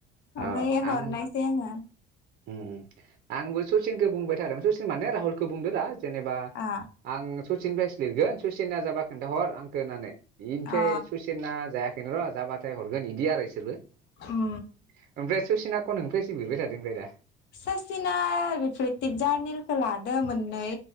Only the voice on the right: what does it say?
अ
आं
उम आंबो सचिनखौ बुंबाय थादोंमोन सचिन माने राहुलखौ बुंदो रा जेनेबा
आं सचिननिफ्रायसो लिरगोन सुसिना जाबा खोन्थाहर आंखौ होननानै। बेनिफ्राय
सुसिन ना जायाखै। र' जाबाथाय हरगोन इदि आरो <unintelligible>
ओमफ्राय आरो ससिना अ नोंफ्रायसो बिबाय थादों ओफ्राय दा?